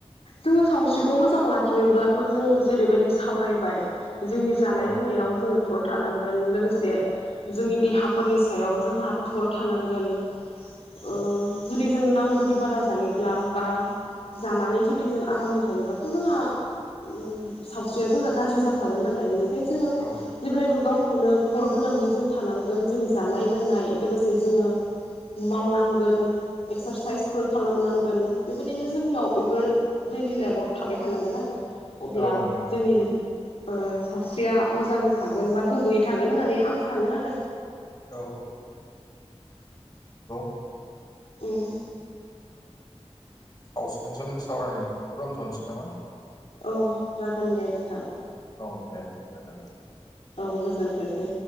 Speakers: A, on the left; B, on the left.
A: जोङो सावस्रिखौ मोजां लाखिनोब्लाथ' जों जेरैबायदि सावरायबाय जोंनि जानाय
B: औ
A: लोंनायाव जोङो थर थानांगोन लोगोसे जोंनि देहाफोरनि सायाव जोंहा थर थानांगोन ओ जुदि जोंङ नांगौनि बारा जायोब्ला बा जानानै जुदि जों आरामै थायोबाथ' जोंहा ओम सावस्रिया जोंहा गाज्रि जाखागोन नालाय बेनि खायनो जोङो
B: औ
A: जेब्लायबो गाव खौनो थर गोनाङै जों थानांगोन जोंनि जानाय लोंनाय लोगोसे जोङो मावनांगोन एक्सारसाइसफोर खालामनांगोन बेबायदि बिदिनो जोंनियाव बेफोर दैलि लाइफआव थाबाय थानांगोन आरो। अब्ला
B: औ नंगौ
A: जोंनि ओ सावस्रिया मोजाङै थागोन बा गोग्गोयै थागोन होननानै आं सानो आरो।
B: औ नंगौ
A: उम
B: सावस्रिनोसोमोन्दै सावरायनायखौ दोनथ'नोसै नामा?
A: औ जागोन दे नोंथां।
B: औ दे गोजोनथों
A: औ गोजोनथोंसै।